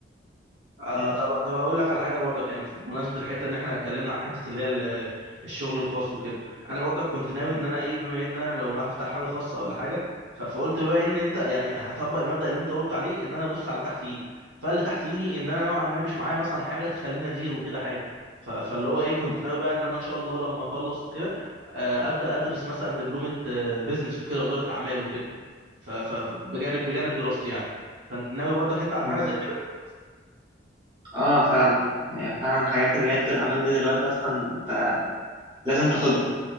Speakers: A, on the right (about 75°); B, on the right (about 30°).
A: آه،
B: م-
A: آه، طب طب اقول لك على حاجه برضك يعني في- بمناسبه الحته ان احنا اتكلمنا على حته اللي هي ال- آه، الشغل الخاص وكده انا برضك كنت ناوي
B: م-
A: ان انا ايه بما ان انا لو ما هفتح حاجه خاصه ولا حاجه ف- فقلت بقى ان انت يعني هطبق المبدأ اللي انت قلت عليه ان انا ابص على تحت ايدي فاللي تحت ايدي ان انا نوعا ما مش معايا مثلا حاجه تخليني ادير وكده حاجه ف- فاللي هو ايه كنت
B: م-
A: ناوي بقى ان انا ان شاء الله لما اخلص وكده آه، ابدا ادرس مثلا دبلومه بزنس وكده واداره اعمال وكده ف- ف- بجانب بجانب دراستي يعني فناوي برضك انت على
B: م.
A: حاجه زي كده
B: اه فعلا يعني فعلا حاجات ريادة الأعمال دي دلوقتي أصلا انت لازم تاخدها